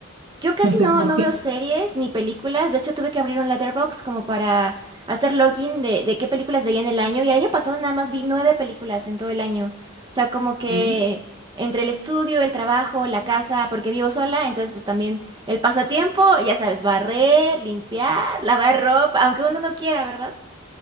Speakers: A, on the right; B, on the right.
A: Yo casi
B: Yo no sé
A: no,
B: por
A: no veo series ni películas, de hecho tuve que abrir un Letterboxd como para hacer login de, de qué películas veía en el año y el año pasado nada más vi nueve películas en todo el año. O sea, como que
B: qué.
A: entre el estudio, el trabajo, la casa, porque vivo sola, entonces pues también el pasatiempo, ya sabes, barrer, limpiar, <laughs> lavar ropa, aunque uno no quiera, ¿verdad?